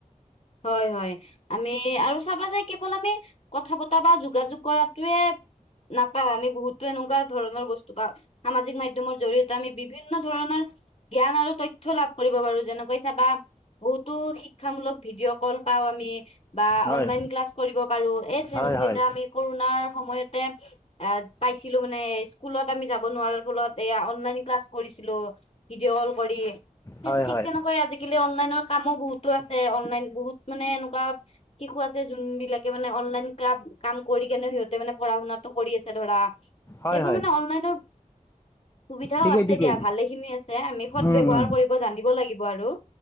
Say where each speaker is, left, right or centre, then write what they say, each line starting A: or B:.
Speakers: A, on the left (about 45°); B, on the left (about 20°).
A: হয়, হয় আমি আৰু চাবা যে কেৱল আমি কথা পতা বা যোগাযোগ কৰাটোৱে, নাপাওঁ আমি বহুতো এনেকুৱা ধৰণৰ বস্তু বা সামাজিক মাধ্যমৰ জৰিয়তে আমি বিভিন্ন ধৰণৰ, জ্ঞান আৰু তথ্য লাভ কৰি কৰিব পাৰো যেনেকৈ চাবা, বহুতো শিক্ষামুলক ভিডিঅ' কল পাও আমি। বা
B: হয়
A: অনলাইন ক্লাছ কৰিব পাৰো এ তেনেকৈ
B: হয় হয়
A: এতিয়া আমি কৰোণাৰ সম সময়তে, পাইছিলো মানে স্কুলত আমি যাব নোৱাৰাৰ ফলত এয়া অনলাইন ক্লাছ কৰিছিলো। তক ভিডিঅ কল কৰি,
B: হয়
A: ঠিক
B: হয়
A: তেনেকৈ আজি কালি অনলাইনৰ কামো বহুতো আছে। অনলাইন বহুত মানে এনেকুৱা শিশু আছে যোন বিলাকে মানে অনলাইন ক্লাব কাম কৰি কেনে সিহঁতে মানে পঢ়াশুনাটো কৰি আছে ধৰা,
B: হয়
A: এইবোৰ
B: হয়
A: মানে অনলাইনৰ সুবিধাও
B: ঠিকেই
A: আছে
B: ঠিকেই
A: দিয়া ভালে খিনি আছে আমি সদ
B: উম,
A: ব্যৱহাৰ
B: উম।
A: কৰিব জানিব লাগিব আৰু।